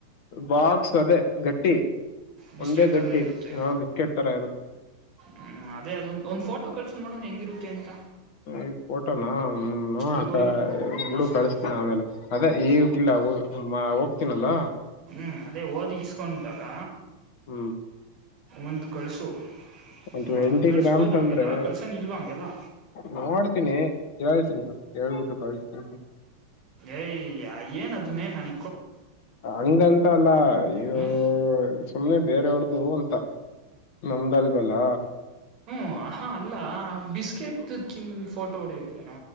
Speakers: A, on the left (about 45°); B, on the right (about 40°).
A: ಬಾಕ್ಸ್ ಅದೇ ಗಟ್ಟಿ
B: ಬಿಸ್ಕೆಟ್
A: ಒಂದೇ
B: ಥರನೇ
A: ಗಟ್ಟಿ
B: ಇರುತ್ತೆ
A: ಹಾ ಬಿಸ್ಕೆಟ್ ತರ ಇರುತ್ತೆ
B: ಹ್ಮ್ ಅದೇ ಅದೊಂದ ಒಂದ್ ಫೋಟೋ ಕಳ್ಸು ನೋಡೋಣ ಹೆಂಗಿರುತ್ತೆ ಅಂತ
A: ಈ ಫೋಟೋನಾ ಹ್ಮ ನ
B: ಈಗ ಹೋಗಿ
A: ಬಿಡು
B: ಇಸ್ಕೊ
A: ಕಳಿಸ್ತೀನಿ ಅವೆಲ್ಲ ಅದ ಈಗಿಲ್ಲ ಹ ಹೋಗ್ತೀನಲ್ಲಾ
B: ಹ್ಮ್ ಅದೇ ಓದ ಇಸ್ಕೊಂಡಂಟಾಗ
A: ಹ್ಮ್
B: ಒಂದು್ ಕಳ್ಸು
A: ಒಂದು
B: ನೋಡೋಣ
A: ಎಂಟಿ
B: ಕಳ್ಸ್ಬೋದ
A: ಗ್ರಾಮ್ಸ್
B: ಹಂಗೆಲ್ಲ
A: ಅಂದ್ರೆ
B: ಕಳ್ಸಂಗ ಇಲ್ವಾ ಹಂಗೆಲ್ಲ
A: ನೋಡ್ತೀನಿ ಕೇಳ್ತೀನಿ ಫಸ್ಟ್ ಕೇಳ್ಬಿಟ್ಟು ಕಳ್ಸ್ತಿನಿ
B: ಏಯ್ ಏನ್ ಅದನ್ನೇ ನನ
A: ಹಂಗಂತ ಅಲ್ಲ ಇವು
B: ಹ್ಮ್
A: ಸುಮ್ನೆ ಬೇರವ್ರ್ದು ಅಂತ ನಮ್ದ ಅಲ್ವಲ್ಲಾ
B: ಹ್ಮ್ ಹಹಾ ಅಲ್ಲ ಬಿಸ್ಕೆಟ್ ಚಿ ಫೋಟೋ ಹೊಡಕ್ಕೆ ನ